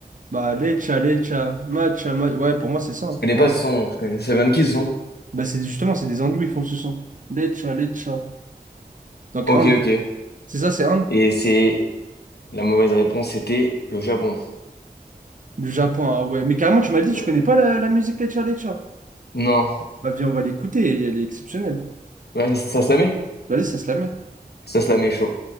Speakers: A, on the right; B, on the left.
A: Bah, Lecha, Lecha, matcha, ma- Ouais, pour moi, c'est ça. hein.
B: Je connais
A: Pour
B: pas
A: moi,
B: ce
A: c'est-
B: son. Je connais- Je sais même qui ce son.
A: bah, c'est justement, c'est des hindous, ils font ce son. Lecha, Lecha. Donc,
B: Ok,
A: Inde.
B: ok.
A: C'est ça, c'est Inde?
B: Et c'est... La mauvaise réponse, c'était le Japon.
A: Le Japon, ah ouais. Mais carrément, tu m'as dit, tu
B: Ouais.
A: connais pas la, la musique Lecha, Lecha.
B: Non.
A: Bah, viens, on va l'écouter, elle est exceptionnelle.
B: Ouais, ça se la met?
A: Vas-y, ça se la met.
B: Ça se la met chaud.